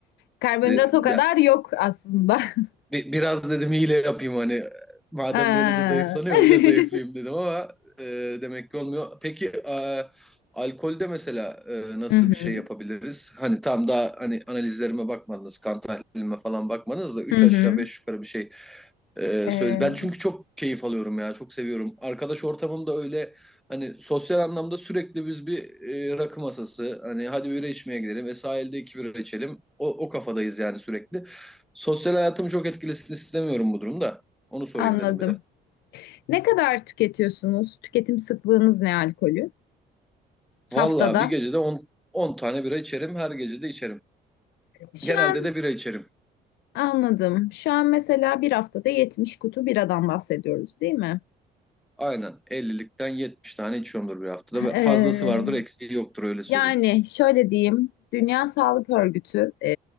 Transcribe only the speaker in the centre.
De-
Bi- biraz dedim hile yapayım hani madem
böyle de zayıflanıyor
öyle zayıflayayım dedim ama e, demek ki olmuyor. Peki e, alkolde mesela e, nasıl
bir şey yapabiliriz? Hani tam daha hani analizlerime bakmadınız, kan tahlilime falan bakmadınız da 3
aşağı 5 yukarı bir şey e,
söyle. Ben çünkü çok keyif alıyorum ya çok seviyorum. Arkadaş ortamımda öyle hani sosyal anlamda sürekli biz bir e, rakı masası hani hadi bira içmeye gidelim ve sahilde iki bira içelim. O, o kafadayız yani sürekli. Sosyal hayatımı çok etkilesin istemiyorum bu durumda. Onu sorayım
dedim bir de.
Vallahi
bir gecede on 10 tane bira içerim. Her gece de içerim.
Genelde
de bira içerim.
Aynen. 50'likten 70 tane içiyorumdur bir haftada. Ve
Fazlası vardır, eksiği yoktur öyle söyleyeyim.